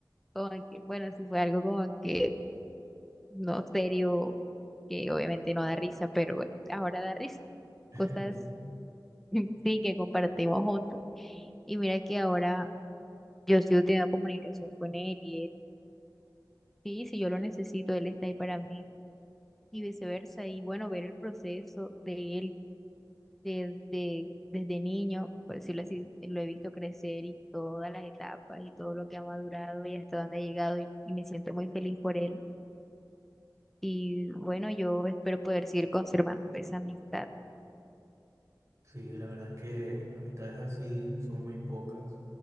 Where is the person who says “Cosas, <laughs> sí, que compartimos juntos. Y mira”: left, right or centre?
Centre